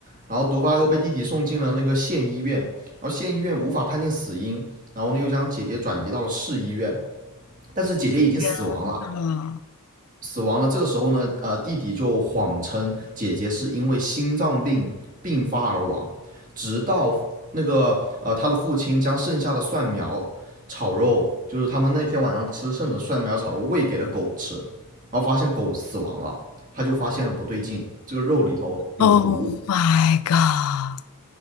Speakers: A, on the right; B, on the left.
A: 然后毒发了以后，被弟弟送进了那个县医院，然后县医院无法判定死因，然后呢又将姐姐转移到了市医院，但是姐姐已经死亡了。
B: 天呐
A: 死亡了。这个时候呢，呃，弟弟就谎称姐姐是因为心脏病并发而亡，直到那个呃他的父亲将剩下的蒜苗炒肉，就是他们那天晚上吃剩的蒜苗炒肉喂给了狗吃，然后发现狗死亡了，他就发现了不对劲，这个肉里头有毒。
B: ，Oh my god！